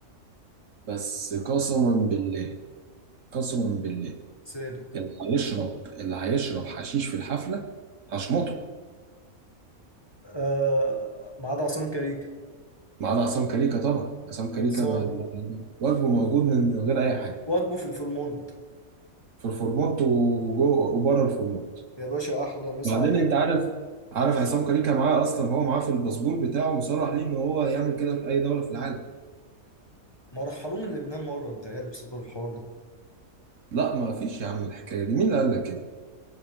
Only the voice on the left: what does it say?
صادق
آه ما عدا عصام كاريكا
خلصان
واجبه في الفرمون
يا باشا احلى مسا
عليك
ما رحلوه من لبنان مره متهيألي بسبب الحوار ده